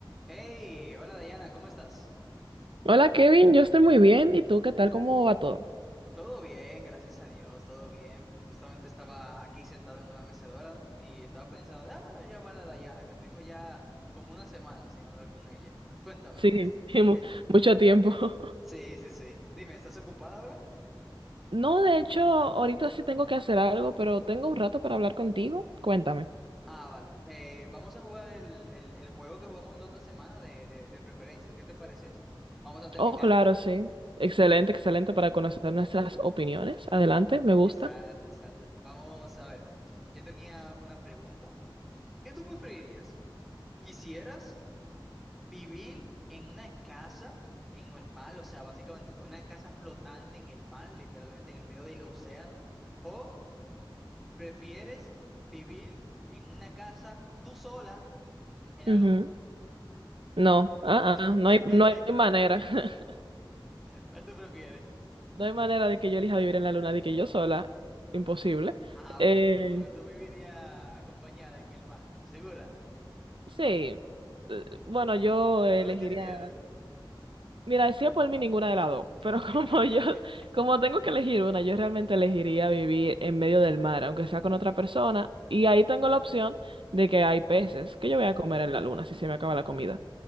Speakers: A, in the centre; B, on the right (about 75°).
A: Hey, hola Dayana, ¿cómo estás?
B: Hola Kevin, yo estoy muy bien. ¿Y tú qué tal? ¿Cómo va todo?
A: Todo bien, gracias a Dios, todo bien. Justamente estaba aquí sentado en una mecedora, ¿no? Y estaba pensando, déjame llamar a Dayana, que tengo ya como una semana sin hablar con ella. Cuéntame.
B: Sí,
A: est-
B: <laughs> mu-
A: est-
B: mucho tiempo. <laughs>
A: sí, sí, sí. Dime, ¿estás ocupada ahora?
B: No, de hecho, ahorita sí tengo que hacer algo, pero tengo un rato para hablar contigo. Cuéntame.
A: Ah, vale. Eh, vamos a jugar el, el- el juego que jugamos la otra semana de, de de preferencias. ¿Qué te parece eso? Vamos a terminarlo.
B: Oh, claro, sí. Excelente, excelente para conocer nuestras opiniones. Adelante, me gusta.
A: Exacto, exacto. Vamos a ver. Yo tenía una pregunta. ¿Qué tú preferirías? ¿Quisieras? Vivir en una casa en el mar, o sea, básicamente una casa flotante en el mar, literalmente en el medio del océano, o prefieres vivir en una casa tú sola en la
B: Ujú.
A: luna.
B: No, ah,
A: <laughs>
B: ah, no hay, no hay manera. <laughs>
A: ¿Cuál tú prefieres?
B: No hay manera de que yo elija vivir en la luna de que yo sola. Imposible.
A: Ah,
B: Eh,
A: pero, pero tú vivirías acompañada en el mar, ¿segura?
B: sí, eh, bueno, yo elegiría.
A: ¿Tú no le tienes miedo?
B: Mira, si es por mí ninguna de las dos,
A: <laughs>
B: pero <laughs> como yo, como tengo que elegir una, yo realmente elegiría vivir en medio del mar, aunque sea con otra persona, y ahí tengo la opción de que hay peces que yo voy a comer en la luna si se me acaba la comida.